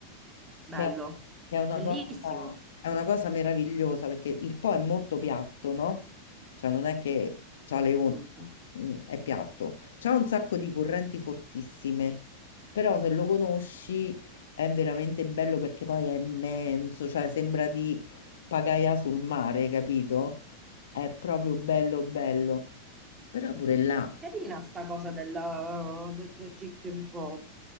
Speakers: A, on the right; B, on the left.
A: Bello,
B: che è che è una
A: bellissimo.
B: cosa, è una cosa meravigliosa perché il Po è molto piatto, no? Cioè non è che c'ha le on-
A: Mm, mm.
B: mm, è piatto, c'ha un sacco di correnti fortissime, però se lo conosci è veramente bello perché poi è immenso, cioè sembra di pagaia sul mare, capito? È proprio bello bello. Però pure là
A: Carina sta cosa della- del tragitto in Po.